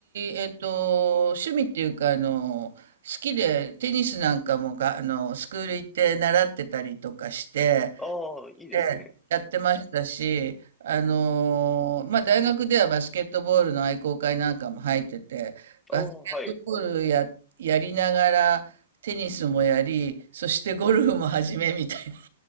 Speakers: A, on the right; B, in the centre.
A: えっと、趣味っていうか、あの、好きでテニスなんかもが、あの、スクール行って習ってたりとかして、
B: ああ、いいですね。
A: ええ、やってましたし、あのーまあ、大学ではバスケットボールの愛好会なんかも入ってて、バスケットボールや、
B: ああ、はい。
A: やりながら、テニスもやり、そしてゴルフも始めみたいな。